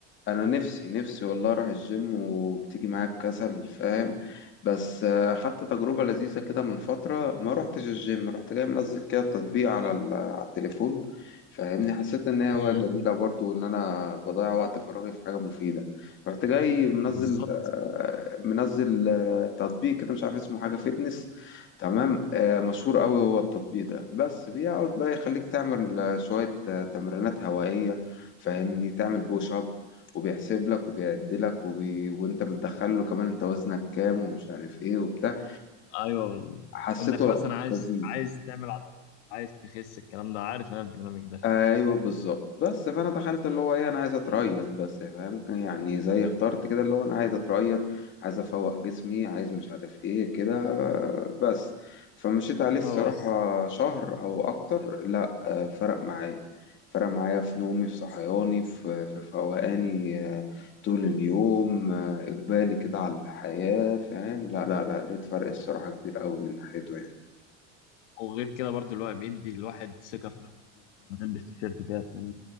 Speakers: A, on the left; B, on the left.
A: انا نفسي نفسي والله اروح الجيم وبتيجي معايا بكسل فاهم بس آه، خدت تجربة لذيذة كده من فترة ما روحتش الجيم رحت جاي منزل كده تطبيق على ال- على التليفون فاهمني حسيت ان هي هواية
B: مم.
A: جميلة برضو وان انا بضيع وقت فراغي في حاجة مفيدة رحت جاي منزل
B: بالظبط
A: آه، منزل آه، تطبيق كده مش عارف اسمه حاجة فيتنس تمام آه، مشهور قوي هو التطبيق ده بس بيقعد بقى يخليك تعمل آه، شوية آه، تمرينات هوائية فاهمني تعمل بوش اب وبيحسب لك وبيعدلك وبي... وانت بتدخل له كمان انت وزنك كام ومش عارف ايه وبتاع
B: ايوه
A: فحسيته
B: وانك
A: لأ،
B: مثلا عايز
A: لذيذ
B: عايز تعمل عضلات ولا عايز تخس الكلام ده عارف انا البرنامج ده
A: ايوه بالظبط بس فانا دخلت اللي هو ايه انا عايز اتريض بس فاهم يعني زي اخترت كده اللي هو انا عايز اتريض عايز افوق جسمي عايز مش عارف ايه كده آه، بس فمشيت عليه الصراحة
B: اه بس
A: شهر او اكتر لا آه، فرق معايا فرق معايا في نومي في صحياني في في فوقاني آه، طول اليوم آه، اقبالي كده على الحياة فاهم لا لا لا لقيت فرق الصراحة كبير قوي من ناحيته يعني
B: وغير كده برضو الوقت بيدي الواحد ثقة في نفسه كده لما تلبس تيشيرت كده تلاقي